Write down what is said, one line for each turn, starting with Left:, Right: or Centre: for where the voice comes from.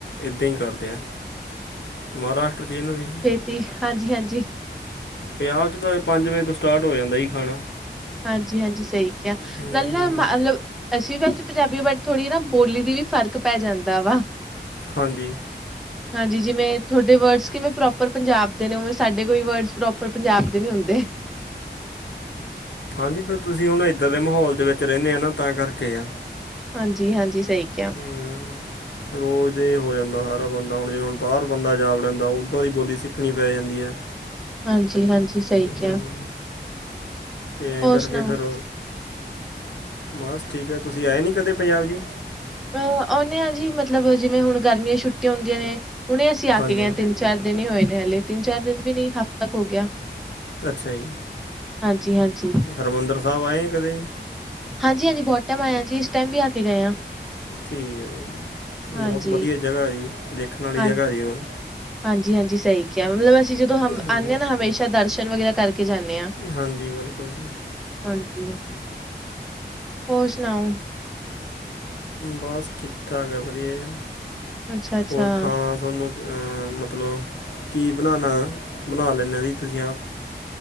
Left: ਇੱਦਾਂ ਹੀ ਕਰਦੇ ਆ, ਮਹਾਰਾਸ਼ਟਰ 'ਚ ਇਹਨਾਂ ਦੀ।
Centre: ਤੇ ਹਾਂਜੀ-ਹਾਂਜੀ।
Left: ਵਿਆਹ 'ਚ ਤਾਂ ਪੰਜ ਵਜੇ ਤੋਂ ਸਟਾਰਟ ਹੋ ਜਾਂਦਾ ਜੀ ਖਾਣਾ।
Centre: ਹਾਂਜੀ-ਹਾਂਜੀ ਸਹੀ ਕਿਹਾ
Left: ਹੂੰ
Centre: ਲ ਮਤਲਬ। ਅਸੀਂ ਵੈਸੇ ਪੰਜਾਬੀ ਬਟ ਥੋੜ੍ਹੀ ਨਾ ਬੋਲੀ ਦੀ ਵੀ ਫ਼ਰਕ ਪੈ ਜਾਂਦਾ ਵਾ।
Left: ਹਾਂਜੀ।
Centre: ਹਾਂਜੀ ਜਿਵੇਂ ਤੁਹਾਡੇ ਵਰਡਜ਼ ਕਿਵੇਂ ਪ੍ਰੋਪਰ ਪੰਜਾਬ ਦੇ ਨੇ ਉਵੇਂ ਸਾਡੇ ਕੋਈ ਵਰਡਜ਼ ਪ੍ਰੋਪਰ ਪੰਜਾਬ ਦੇ ਨਹੀ ਹੁੰਦੇ।
Left: ਹਾਂਜੀ ਫਿਰ ਤੁਸੀਂ ਹੁਣ ਇੱਦਾਂ ਦੇ ਮਾਹੌਲ ਦੇ ਵਿੱਚ ਰਹਿੰਦੇ ਆ ਨਾ ਤਾਂ ਕਰਕੇ ਆ।
Centre: ਹਾਂਜੀ, ਹਾਂਜੀ ਸਹੀ ਕਿਹਾ।
Left: ਹਮ। ਰੋਜ਼ ਇਹ ਹੋ ਜਾਂਦਾ ਸਾਰਾ ਬੰਦਾ ਹੁਣ ਜਿਵੇਂ ਹੁਣ ਬਾਹਰ ਬੰਦਾ ਜਾ ਵੜਦਾ ਉੱਦਾਂ ਦੀ ਬੋਲੀ ਸਿੱਖਣੀ ਪੈ ਜਾਂਦੀ ਹੈ।
Centre: ਹਾਂਜੀ, ਹਾਂਜੀ ਸਹੀ ਕਿਹਾ।
Left: ਹੂੰ ਅਤੇ ਐਂ
Centre: ਹੋਰ
Left: ਕਰਕੇ
Centre: ਸੁਣਾਓ
Left: ਫਿਰ, ਬਸ ਠੀਕ ਹੈ, ਤੁਸੀਂ ਆਏ ਨਹੀਂ ਕਦੇ ਪੰਜਾਬ ਜੀ?
Centre: ਅਹ ਆਉਂਦੇ ਹਾਂ ਜੀ ਮਤਲਬ ਜਿਵੇਂ ਹੁਣ ਗਰਮੀਆਂ ਛੁੱਟੀਆਂ ਹੁੰਦੀਆਂ ਨੇ ਹੁਣੇ ਅਸੀਂ ਆ
Left: ਹਾਂਜੀ
Centre: ਕੇ ਗਏ ਆ ਤਿੰਨ। ਚਾਰ ਦਿਨ ਹੀ ਹੋਏ ਨੇ ਹਲੇ ਤਿੰਨ ਚਾਰ ਦਿਨ ਵੀ ਨਹੀਂ ਹਫ਼ਤਾ ਕ ਹੋ ਗਿਆ।
Left: ਅੱਛਾ ਜੀ,
Centre: ਹਾਂਜੀ ਹਾਂਜੀ
Left: ਹਰਿਮੰਦਰ ਸਾਹਿਬ ਆਏ ਕਦੇ ਜੀ?
Centre: ਹਾਂਜੀ, ਹਾਂਜੀ ਬਹੁਤ ਟਾਈਮ ਆਏ ਆ ਜੀ ਇਸ ਟਾਈਮ ਵੀ ਆ ਕੇ ਗਏ ਹਾਂ।
Left: ਠੀਕ ਹੈ ਜੀ,
Centre: ਹਾਂਜੀ
Left: ਬਹੁਤ ਵਧੀਆ ਜਗ੍ਹਾ ਜੀ ਦੇਖਣ ਵਾਲੀ
Centre: ਹਾਂ
Left: ਜਗ੍ਹਾ ਜੀ ਉਹ।
Centre: ਹਾਂਜੀ, ਹਾਂਜੀ ਸਹੀ ਕਿਹਾ ਮਤਲਬ ਅਸੀਂ ਜਦੋਂ ਹਮ
Left: ਹਾਂਜੀ
Centre: ਆਉਂਦੇ ਹਾਂ ਨਾ ਹਮੇਸ਼ਾ ਦਰਸ਼ਨ ਵਗੈਰਾ ਕਰਕੇ ਜਾਂਦੇ ਹਾਂ।
Left: ਹਾਂਜੀ, ਬਿਲਕੁਲ ਜੀ।
Centre: ਹਾਂਜੀ। ਹੋਰ ਸੁਣਾਓ?
Left: ਬਸ ਠੀਕ ਠਾਕ ਹੈ, ਵਧੀਆ
Centre: ਅੱਛਾ ਅੱਛਾ
Left: ਹੋਰ ਖਾਣਾ। ਤੁਹਾਨੂੰ ਮਤਲਬ ਕੀ ਬਣਾਉਣਾ ਬਣਾ ਲੈਂਦੇ ਹੋ ਜੀ ਤੁਸੀਂ ਆਪ?